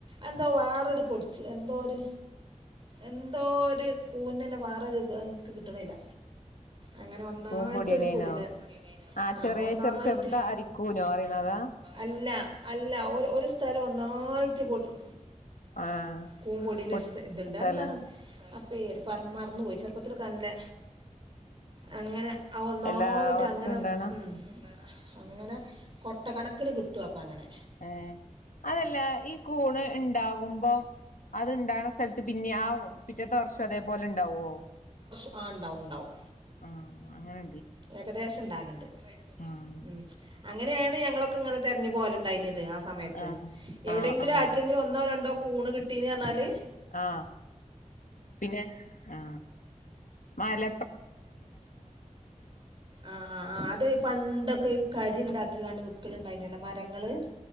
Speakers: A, on the right; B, on the left.
A: എന്തോ വേറൊരു പൊടിച്ച് എന്തോ ഒരു എന്തോ ഒരു കൂഞ്ഞനെ വേറോരു ഇതക്ക് കി കിടുന്നില്ല അങ്ങനെ ഒന്നായിട്ടൊരു
B: പൂമ്പൊടിയണേനോ
A: പൊടിനെ
B: ആഹ്
A: ആ
B: ചെറിയ
A: ഒന്നായിട്ട്
B: ചെറു ചെറുത അരിക്കൂനോ അറിയണതാ
A: അല്ല അല്ല സ്ഥലം നായിട്ട് പോട്ടും
B: ആഹ്
A: കൂമ്പൊടന്
B: പൊട്ട്
A: ഇതുണ്ട്
B: സ്ഥലം
A: എന്താണ് അപ്പേര് പറ മറന്നുപോയി ചെറു പ്പത്തി തല്ലേ അങ്ങനെ ഒന്നായിട്ട്
B: എല്ലാ വർഷവും
A: അങ്ങനെ
B: ഇണ്ടാണ
A: ഉ അങ്ങനെ കൊട്ട കണക്ക അക്കന് കിടും അപ്പോ അങ്ങനെ
B: ഏ അതല്ല ഈ കൂണ് ഉണ്ടാകുമ്പോം അത്ണ്ടുന്ന സ്ഥലത്ത് പിന്നെ ആ മുറ്റത്തെ വർഷം അതേപോലെ ഉണ്ടാവുവോ
A: ആ ഉണ്ടാവണ്ടാവും
B: ആ അങ്ങനെ
A: ഏകദേശം ഉണ്ടാനുണ്ട്
B: ആഹ്
A: ഉ അങ്ങനെയാണ് ഞങ്ങളൊക്കെ ഇങ്ങനെ തെര ഞ്ഞ് പോക ലുണ്ടായിന് ആ സമയത്ത്
B: ആഹ്
A: എവിടെങ്കിലും
B: ആഹ് ആഹ്
A: ആരിക്കെങ്കിലും ഒന്നോ രണ്ടോ കൂണ് കിട്ടി നി എന്നാ ല്
B: ആ പിന്നെ ആ മല
A: ആ അത് പണ്ടൊക്കെ രി ഉണ്ടാക്കികാ ണ്ട് വിക്കലുണ്ടായിനല്ല മരങ്ങള്